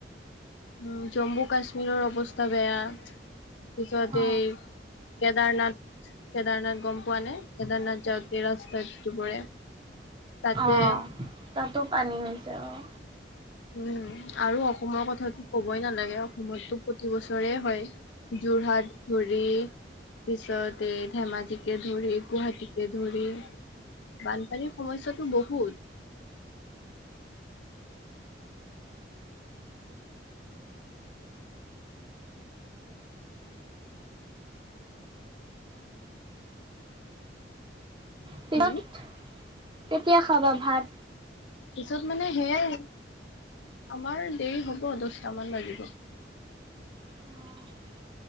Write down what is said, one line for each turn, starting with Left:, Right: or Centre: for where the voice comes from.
Left: উম- জম্মু কাশ্মীৰৰ অৱস্থা বেয়া! পিছতে
Right: অ
Left: এই কেদাৰনাথ-, কেদাৰনাথ গম পোৱা নে? কেদাৰনাথ যাওঁতে ৰাস্তাত <inaudible> তাতে
Right: অঁ, -তাতো পানী হৈছে অঁ
Left: উম, আৰু অসমৰ কথাটো ক'বই নালাগে অসমতটো প্ৰতি বছৰে হয়! যোৰহাট ধৰি পিছত এ ধেমাজিকে ধৰি গুৱাহাটীকে ধৰি বানপানী সমস্যাটো বহুত
Right: <unintelligible>
Left: হুম।
Right: কেতিয়া খাবা ভাত?
Left: পিছত মানে সেয়াই, আমাৰ দেৰি হ'ব দহটা মান বাজিব
Right: অঁ-